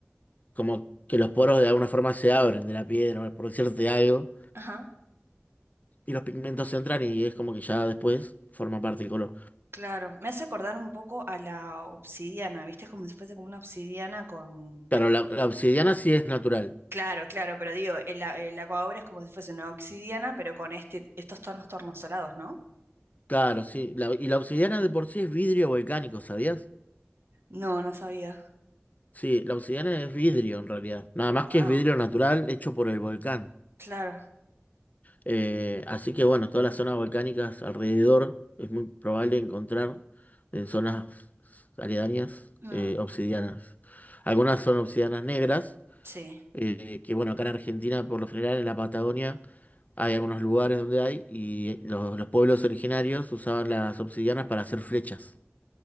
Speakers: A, on the left (about 35°); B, on the right (about 60°).
A: Como que los poros de alguna forma se abren de la piedra, por decirte algo,
B: Ajá.
A: y los pigmentos entran y es como que ya después forma parte del color.
B: Claro, me hace acordar un poco a la obsidiana, ¿viste? Es como si fuese como una obsidiana con...
A: Claro, la, la obsidiana sí es natural.
B: Claro, claro, pero digo, el, a- el aquabobra es como si fuese una obsidiana, pero con este, estos tonos tornasolados, ¿no?
A: Claro, sí. La- y la obsidiana de por sí es vidrio volcánico, ¿sabías?
B: No, no sabía.
A: Sí, la obsidiana es vidrio en realidad. Nada más
B: Wow,
A: que es vidrio natural hecho por el volcán.
B: claro.
A: Eh, así que bueno, todas las zonas volcánicas alrededor es muy probable encontrar en zonas aledañas
B: Mm,
A: eh, obsidianas. Algunas son obsidianas negras,
B: sí,
A: eh, que bueno, acá en Argentina por lo general en la Patagonia hay algunos lugares donde hay y los, los pueblos originarios usaban las obsidianas para hacer flechas